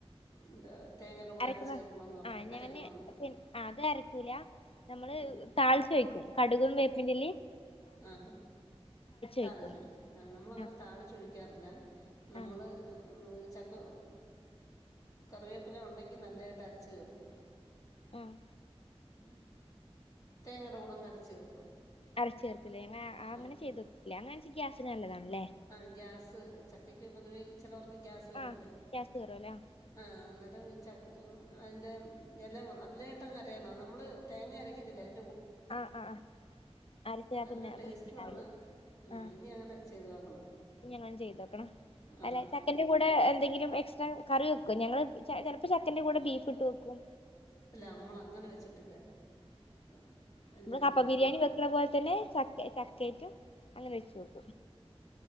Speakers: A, on the left (about 35°); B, on the left (about 65°).
A: എന്താ തേങ്ങയുടെ കൂടെ
B: അരക്കുന്ന
A: അരച്ച് ചേർക്കണോന്ന് പറ
B: ആ ഞാനേ
A: അരയ്ക്കണോന്ന്
B: പി അത് അരക്കൂല നമ്മള്
A: ആ
B: താളിച്ച് വെയ്ക്കും കടുകും വേപ്പിൻ്റെലേം
A: ആഹാ താളിച്ചൊഴിച്ച്
B: ഒഴിക്കും
A: ആ നമ്മളങ്ങനെ
B: ആഹ്
A: താളിച്ചൊഴി ക്കാറില്ല നമ്മള്
B: ആഹ്
A: ചക്ക കറിവേപ്പില ഉണ്ടെങ്കിൽ നല്ലതായിട്ട് അരച്ച് ചേർക്കും
B: മം
A: ഉം തേങ്ങയുടെ കൂടങ്ങ് അരച്ച് ചേർക്കും
B: അരച്ചു ചേർക്കൂലേ ഞങ്ങ
A: ആ
B: അങ്ങനെ ചെയ്തിട്ടില്ല അങ്ങനരച്ചാ ഗ്യാസിന് നല്ലതാണല്ലേ
A: ആ ഗ്യാസ് ചക്കയ്ക്ക് പൊതുവേ ചിലർക്ക് ഗ്യാസ് വരുംല്ലേ
B: ആഹ് ഗ്യാസ് കേറുവല്ലേ
A: ആ അ ഈ ചക്ക ങ്ങ അയിൻ്റ <unintelligible> നല്ലയിട്ടങ്ങനെ അരയണോ നമ്മള് തേങ്ങയരക് ത് ലേൻ
B: ആഹ് ആ ആ അരച്ച
A: നല്ല
B: പിന്നെ
A: ടേസ്റ്റും
B: പ്രശ്നണ്ടാവില്ലോ
A: ആണ് ഉം
B: ആ
A: ഇനി അങ്ങനെ ചെയ്ത് നോക്കണം
B: ഞങ്ങനൊന്ന് ചെയ്തോക്കണം
A: ആ
B: അല്ല ചക്കന്റെ കൂടെ എന്തെങ്കിലും എക്സ്ട്രാ കറി വെക്കുവ ഞങ്ങള് ചിലപ്പോ ചക്കന്റെറെ കൂടെ ബീഫ് ഇട്ട് വെക്കും
A: അല്ല നമ്മള അങ്ങനെ വെച്ചിട്ടില്ല ആ ഇല്ല
B: ഇങ്ങള് കപ്പബരിയാണി വെക്ക അതുപോലെ
A: ഇല്ല
B: തന്നെ ചക്കച ക്കേക്കും അങ്ങനെ വെച്ചു നോക്കും